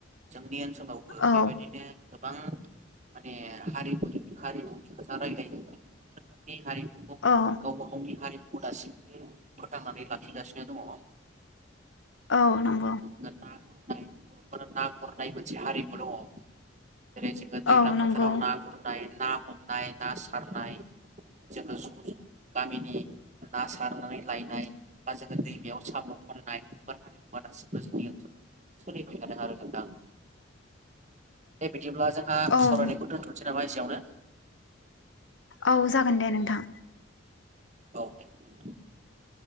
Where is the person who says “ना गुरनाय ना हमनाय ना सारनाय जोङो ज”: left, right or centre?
Right